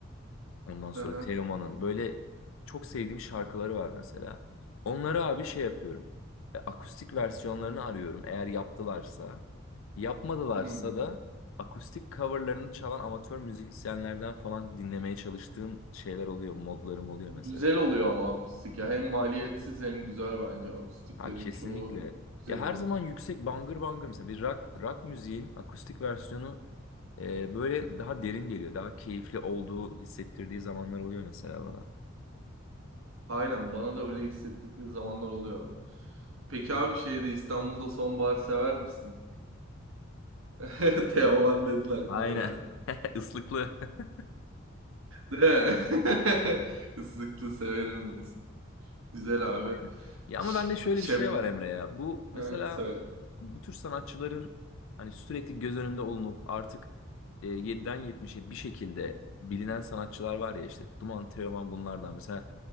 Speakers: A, on the left; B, on the right.
A: ondan sonra
B: Aha.
A: Teoman'ın böyle çok sevdiğim şarkıları var mesela. Onları abi şey yapıyorum. E, akustik versiyonlarını arıyorum eğer yaptılarsa. Yapmadılarsa
B: Hı hı. Hı hı.
A: da akustik coverlarını çalan amatör müzisyenlerden falan dinlemeye çalıştığım şeyler oluyor, modlarım oluyor
B: Güzel
A: mesela.
B: oluyor ama akustik ya. Hem maliyetsiz hem güzel bence. Akustiklerin
A: Ha kesinlikle.
B: çoğu güzel
A: Ya her
B: oluyor.
A: zaman yüksek bangır bangır mesela bir rock, rock müziğin akustik versiyonu e, böyle daha derin geliyor. Daha keyifli olduğu hissettirdiği zamanlar oluyor mesela bana.
B: Aynen bana da öyle hissettikleri zamanlar oluyor abi. Peki abi şeyde İstanbul'da sonbahar sever misin? <laughs> Teoman dedin aklıma
A: Aynen.
B: geldi.
A: <laughs> Islıklı. <laughs>
B: Değil mi? <laughs> Islıklı severim deriz. Güzel
A: Aynen.
B: abi.
A: Ya
B: Ş-
A: ama bende şöyle
B: Şem...
A: bir şey var Emre ya. Bu mesela
B: Ha, söyle.
A: bu tür sanatçıların hani sürekli göz önünde olunup artık e, 7'den 70'e bir şekilde bilinen sanatçılar var ya işte Duman Teoman bunlardan mesela